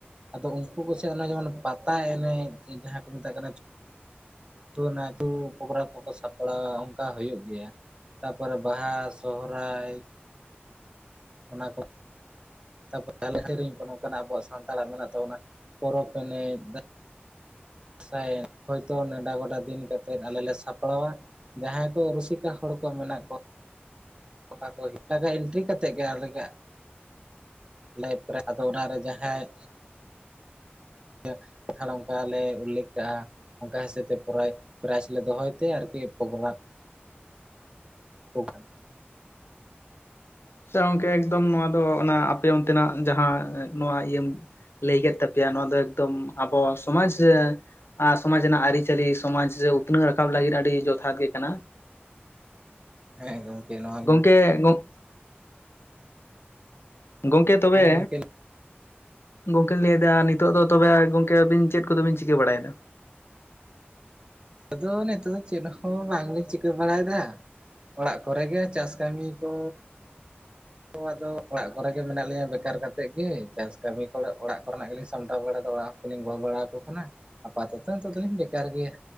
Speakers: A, on the right; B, on the left.
A: ᱟᱫᱚ ᱩᱱᱠᱩ ᱠᱚᱥᱮᱫ ᱟᱱᱟ ᱡᱮᱢᱚᱱ ᱯᱟᱛᱟ ᱮᱱᱮᱡ ᱡᱟᱦᱟᱸ ᱠᱚ ᱢᱮᱛᱟᱜ ᱠᱟᱱᱟ ᱛᱩ ᱚᱱᱟ ᱛᱩ ᱠᱟᱵᱨᱟ ᱠᱚᱠᱚ ᱥᱟᱯᱲᱟ ᱚᱱᱠᱟ ᱦᱩᱭᱩᱜ ᱜᱮᱭᱟ᱾ ᱛᱟ ᱯᱚᱨᱮ ᱵᱟᱦᱟ ᱥᱚᱦᱚᱨᱟᱭ᱾ ᱚᱱᱟ ᱠᱚ᱾ ᱛᱟᱯᱚᱨ ᱟᱞᱮ ᱥᱮᱨᱮᱧ ᱠᱚ ᱱᱚᱝᱠᱟᱱᱟᱜ ᱥᱟᱱᱛᱟᱲᱟᱜ ᱢᱮᱱᱟᱜ ᱛᱟᱵᱚᱱᱟ ᱯᱚᱨᱚᱵᱽ ᱮᱱᱮᱡ ᱫᱟ ᱫᱟᱸᱥᱟᱭ ᱦᱚᱭᱛᱳ ᱱᱮᱰᱟ ᱜᱚᱰᱟ ᱫᱤᱱ ᱠᱟᱛᱮᱫ ᱟᱞᱮ ᱞᱮ ᱥᱟᱯᱲᱟᱣᱟ᱾ ᱡᱟᱦᱟᱸᱭ ᱠᱚ ᱨᱩᱥᱤᱠᱟ ᱦᱚᱲ ᱠᱚ ᱢᱮᱱᱟᱜ ᱠᱚᱭᱟ ᱚᱱᱟ ᱠᱚ ᱮᱴᱟᱜᱟ ᱮᱱᱴᱨᱤ ᱠᱟᱛᱮᱫ ᱜᱮ ᱟᱞᱮ ᱜᱟ ᱞᱟᱭᱤᱯᱷ ᱨᱮ ᱟᱫᱚ ᱚᱱᱟᱨᱮ ᱡᱟᱦᱟᱸᱭ ᱜᱮ ᱛᱷᱟᱲ ᱚᱱᱠᱟᱞ ᱞᱮ ᱩᱞᱞᱮᱠᱷ ᱠᱟᱜᱼᱟ᱾ ᱚᱱᱠᱟ ᱦᱤᱥᱟᱹᱵᱽ ᱛᱮ ᱯᱨᱟᱭ ᱯᱨᱟᱭᱤᱡᱽ ᱞᱮ ᱫᱚᱦᱚᱭ ᱛᱮ ᱟᱨᱠᱤ ᱯᱨᱳᱜᱟ <unintelligible>
B: ᱟᱪᱪᱷᱟ ᱜᱚᱝᱠᱮ ᱮᱠᱫᱚᱢ ᱱᱚᱣᱟ ᱫᱚ ᱚᱱᱟ ᱟᱯᱮ ᱚᱱᱛᱮᱱᱟᱜ ᱡᱟᱦᱟᱸ ᱱᱚᱣᱟ ᱤᱭᱟᱹᱢ ᱞᱟᱹᱭ ᱠᱮᱫ ᱛᱟᱯᱮᱭᱟ ᱱᱚᱣᱟ ᱫᱚ ᱮᱠᱫᱚᱢ ᱟᱵᱚᱣᱟᱜ ᱥᱚᱢᱟᱡ ᱨᱮ ᱟ ᱥᱚᱢᱟᱡᱽ ᱨᱮᱱᱟᱜ ᱟᱹᱨᱤᱪᱟᱹᱞᱤ ᱥᱚᱢᱟᱡᱽ ᱨᱮ ᱩᱛᱱᱟᱹᱣ ᱨᱟᱠᱟᱵ ᱞᱟᱹᱜᱤᱫ ᱟᱹᱰᱤ ᱡᱚᱛᱷᱟᱛ ᱜᱮ ᱠᱟᱱᱟ᱾
A: ᱦᱮᱸ ᱜᱚᱢᱠᱮ ᱱᱚᱣᱟ
B: ᱜᱚᱝᱠᱮ
A: ᱢᱟ
B: ᱜᱚᱝ- ᱜᱚᱢᱠᱮ ᱛᱚᱵᱮ
A: ᱦᱮᱸ ᱜᱚᱝᱠᱮ
B: ᱜᱚᱝᱠᱮᱧ ᱞᱟᱹᱭᱮᱫᱟ ᱱᱤᱛᱚᱜ ᱫᱚ ᱛᱚᱵᱮ ᱜᱚᱝᱠᱮ ᱟᱵᱤᱱ ᱪᱮᱫ ᱠᱚᱫᱚ ᱵᱤᱱ ᱪᱤᱠᱟᱹ ᱵᱟᱲᱟᱭᱮᱫᱟ?
A: ᱟᱫᱚ ᱱᱤᱛᱚᱜ ᱫᱚ ᱪᱮᱫ ᱦᱚᱸ ᱵᱟᱝ ᱞᱤᱧ ᱪᱤᱠᱟᱹ ᱵᱟᱲᱟᱭᱮᱫᱟ᱾ ᱚᱲᱟᱜ ᱠᱚᱨᱮ ᱜᱮ ᱪᱟᱥ ᱠᱟᱹᱢᱤ ᱠᱚ ᱫᱚ ᱟᱫᱚ ᱚᱲᱟᱜ ᱠᱚᱨᱮ ᱜᱮ ᱢᱮᱱᱟᱜ ᱞᱤᱧᱟ ᱵᱮᱠᱟᱨ ᱠᱟᱛᱮᱫ ᱜᱮ ᱪᱟᱥ ᱠᱟᱹᱢᱤ ᱠᱚᱨᱮ ᱚᱲᱟᱜ ᱠᱚᱨᱮᱱᱟᱜ ᱜᱮᱞᱤᱧ ᱥᱟᱢᱴᱟᱣ ᱵᱟᱲᱟᱮᱫᱟ ᱚᱲᱟᱜ ᱞᱤᱧ ᱜᱚᱲᱚ ᱵᱟᱲᱟ ᱟᱠᱚ ᱠᱟᱱᱟ ᱟᱯᱟᱛᱚᱛᱚ ᱱᱤᱛᱚᱜ ᱫᱚᱞᱤᱧ ᱵᱮᱠᱟᱨ ᱜᱮᱭᱟ᱾